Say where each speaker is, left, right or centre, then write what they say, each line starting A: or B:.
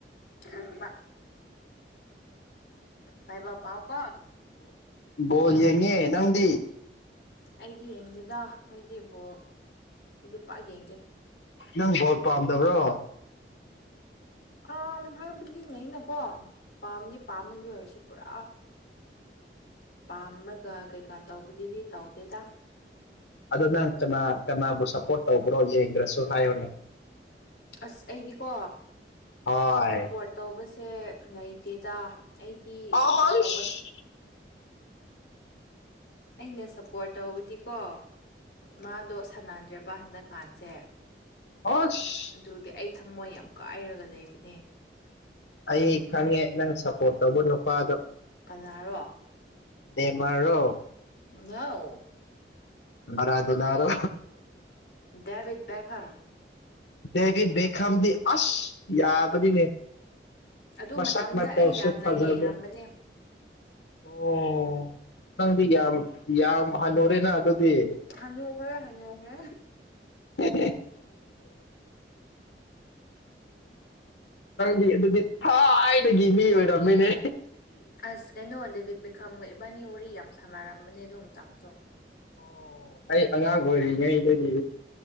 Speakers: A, on the left; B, on the left.
A: <inaudible> ꯄꯥꯏꯕꯥꯜ ꯄꯥꯎ ꯀꯣ
B: ꯕꯥꯜ ꯌꯦꯡꯉꯦ ꯅꯪꯗꯤ
A: ꯑꯩꯗꯤ ꯌꯦꯡꯗꯦꯗ ꯍꯣꯏꯗꯤ ꯕꯣꯜ ꯑꯩꯗꯤ ꯄꯥꯛ ꯌꯦꯡꯗꯦ
B: ꯅꯪ ꯕꯣꯜ ꯄꯥꯝꯗꯕ꯭ꯔꯣ
A: ꯑ ꯍꯥꯏꯕꯗꯤꯅꯦ ꯅꯀꯣ ꯄꯥꯝꯗꯤ ꯄꯥꯝꯃꯦ ꯑꯗꯨ ꯑꯣꯏꯔꯁꯨ ꯄꯨꯔꯥ ꯄꯥꯝꯔꯒ ꯀꯩꯀꯥ ꯇꯧꯕꯗꯨꯗꯤ ꯇꯧꯗꯦꯗ
B: ꯑꯗꯣ ꯅꯪ ꯀꯅꯥ ꯀꯅꯥꯕꯨ ꯁꯞꯄꯣꯔꯠ ꯇꯧꯕ꯭ꯔꯣ ꯌꯦꯡꯗ꯭ꯔꯁꯨ ꯍꯥꯏꯌꯣꯅꯦ
A: ꯑꯁ ꯑꯩꯗꯤꯀꯣ
B: ꯍꯣꯏ
A: ꯁꯞꯄꯣꯔꯠ ꯇꯧꯕꯁꯦ ꯂꯩꯇꯦꯗ ꯑꯩꯗꯤ
B: ꯑꯥꯏꯁ
A: ꯁꯞꯄꯣꯔꯠ ꯇꯧꯕ ꯑꯩꯅ ꯁꯞꯄꯣꯔꯠ ꯇꯧꯕꯗꯤꯀꯣ ꯃꯥꯗꯣ ꯁꯥꯟꯅꯗ꯭ꯔꯦꯕ ꯍꯟꯗꯛ ꯀꯥꯟꯁꯦ
B: ꯑꯣꯁ
A: ꯑꯗꯨꯒꯤ ꯑꯩ ꯊꯝꯃꯣꯏ ꯌꯥꯝ ꯀꯥꯏꯔꯒ ꯂꯩꯕꯅꯦ
B: ꯑꯩ ꯈꯪꯉꯦ ꯅꯪ ꯁꯞꯄꯣꯔꯠ ꯇꯧꯕ ꯅꯨꯄꯥꯗꯣ
A: ꯀꯅꯥꯔꯣ
B: ꯅꯦꯟꯃꯥꯔ ꯔꯣ
A: ꯅꯅꯥ <inaudible>
B: ꯃꯔꯔꯥ ꯗ <inaudible> ꯅꯔꯣ
A: ꯗꯦꯕꯤꯗ ꯕꯒꯨꯝ
B: ꯗꯦꯕꯤꯗ ꯕꯦꯈꯝꯗꯤ ꯑꯁ ꯌꯥꯕꯅꯤꯅꯦ
A: ꯑꯗꯨ
B: ꯃꯁꯥꯛ
A: ꯃꯇꯝꯗ
B: ꯃꯇꯧ
A: ꯑꯩ ꯌꯥꯝꯅ
B: ꯁꯨ ꯐꯖꯕ
A: ꯌꯦꯡꯔꯝꯕꯅꯦ
B: ꯑꯣ ꯅꯪꯗꯤ ꯌꯥꯝ ꯌꯥꯝ ꯍꯟꯅꯨꯔꯦ ꯅ ꯑꯗꯨꯗꯤ
A: ꯍꯅꯨꯕꯔ ꯍꯅꯨꯕꯔ
B: <unintelligible> ꯅꯪ ꯗ ꯑꯗꯨꯗꯤ ꯊꯥꯏ ꯒꯤ ꯃꯤ ꯑꯣꯏꯔꯝꯃꯤꯅꯦ
A: ꯑꯁ ꯀꯩꯅꯣ ꯗꯦꯕꯤꯠ ꯕꯦꯈꯥꯒ ꯏꯕꯥꯅꯤ ꯋꯥꯔꯤ ꯌꯥꯝ ꯁꯥꯟꯅꯔꯝꯕꯅꯦ ꯑꯗꯨ ꯃꯇꯝꯗꯣ
B: ꯑꯣ ꯑꯩ ꯑꯉꯥꯡ ꯑꯣꯏꯔꯤꯉꯩꯗꯒꯤ